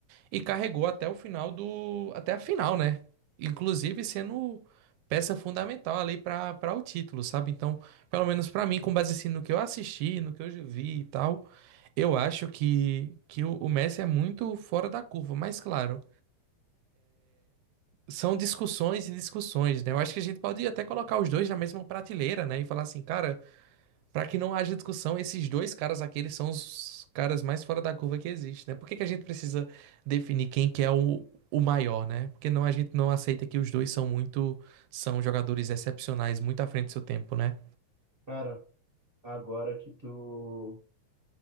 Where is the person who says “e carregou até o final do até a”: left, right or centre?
Right